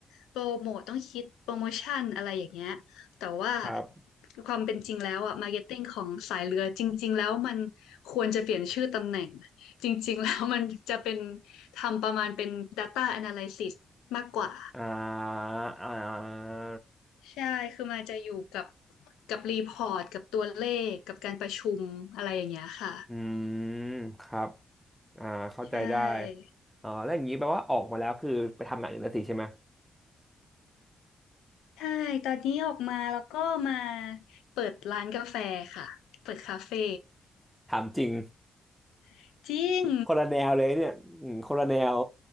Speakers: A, on the left (about 85°); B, in the centre.
A: โปรโมทต้องคิด โปรโมชั่นอะไรอย่างเงี้ยแต่ว่า
B: ครับ
A: ความเป็นจริงแล้วอะมาร์เก็ตติ้งของสายเรือ จริงๆแล้วมัน ควรจะเปลี่ยนชื่อตำแหน่งจริงๆแล้วมันจะเป็นทำประมาณเป็น Data Analysis มากกว่า
B: อ่าอ่า
A: ใช่ คือมันจะอยู่กับกับรีพอร์ตกับตัวเลขกับการประชุมอะไรอย่างเงี้ยค่ะ
B: อืมครับอ่าเข้าใจได้
A: ใช่
B: อ๋อแล้วอย่างนี้แปลว่าออกมาแล้วคือไปทำงานอื่นแล้วสิใช่ไหม
A: ใช่ตอนนี้ออกมาแล้วก็มาเปิดร้านกาแฟค่ะเปิดคาเฟ่
B: ถามจริง
A: <laughs> จริง
B: คนละแนวเลยเนี่ยอืมคนละแนว